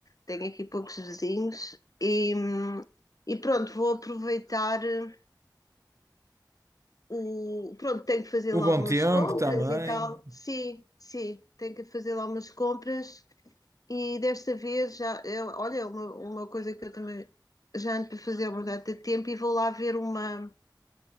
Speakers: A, on the left; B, on the right.
A: tenho aqui poucos vizinhos e, e pronto, vou aproveitar eh, o. Pronto, tenho que fazer
B: O
A: lá
B: bom
A: umas
B: tempo
A: compras
B: também.
A: e tal. Sim, sim, tenho que fazer lá umas compras e desta vez já. Eu, olha, é uma, uma coisa que eu também já ando para fazer há uma data de tempo e vou lá ver uma